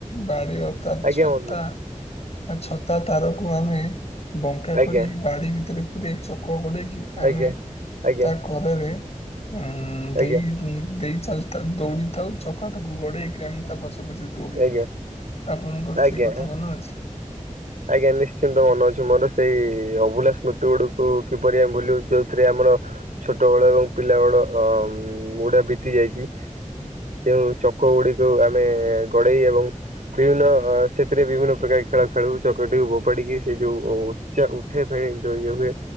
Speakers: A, on the left; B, on the right.
A: ବାଡ଼ିର ତା
B: ଆଜ୍ଞା
A: ଛତା
B: ବନ୍ଧୁ
A: ଛତା ତାରକୁ ଆମେ ବଙ୍କା
B: ଆଜ୍ଞା
A: କରି ବାଡି ଭିତରେ ପୁରେଇ ଚକ ଗଡେଇକି ଆମେ
B: ଆଜ୍ଞା ଆଜ୍ଞା
A: ତା କରେରେ ଉଁ
B: ଆଜ୍ଞା ଆଜ୍ଞା
A: ଦେଇ ଦେଇ ଚାଲିଥାଉ ଦୌଡ଼ିଥାଉ। ଚକ ଟାକୁ ଗଡେଇକି ଆମେ ତା ପଛ ପଛେ ଦୌଡିଥାଉ।
B: ଆଜ୍ଞା
A: ଆପଣଙ୍କର ସେ
B: ଆଜ୍ଞା
A: କଥା ମନେ ଅଛି।
B: ଆଜ୍ଞା, ନିଶ୍ଚିନ୍ତ ମନେ ଅଛି ମୋର ସେଇ ଅଭୁଲା ସ୍ମୃତି ଗୁଡକୁ କିପରି ଆମେ ଭୁଲିବୁ ଯୋଉଥିରେ ଆମର ଛୋଟ ବେଳ ଏବଂ ପିଲା ବେଳ ଗୁଡା ବିତି ଯାଇଚି। ତେଣୁ ଚକ ଗୁଡିକୁ ଆମେ ଗଡ଼େଇ ଏବଂ ବିଭିନ୍ନ ସେଥିରେ ବିଭିନ୍ନ ପ୍ରକାର ଖେଳ ଖେଳୁ। ଚକଟିକୁ ଫୋପାଡ଼ିକି ସେ ଯୋଉ ଉଠେ ଇଏ ହୁଏ